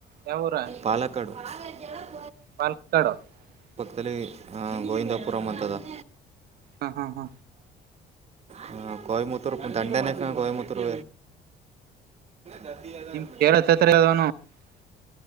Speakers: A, on the right (about 65°); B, on the right (about 40°).
A: ಯಾವ ಊರ
B: ಪಾಲಕ್ಕಾಡು <unintelligible>
A: <unintelligible>
B: ಲ್ಲಿ ಗೋವಿಂದಪುರಮ ಅಂತದ <unintelligible>
A: ಹ ಹ ಹ
B: ಹ್ಮ ಕಯಮುತ್ತೂರು ಇ ದಂಡೆನಕ್ಕ ಕಯಮುತ್ತೂರು ನದಿ <unintelligible>
A: <unintelligible>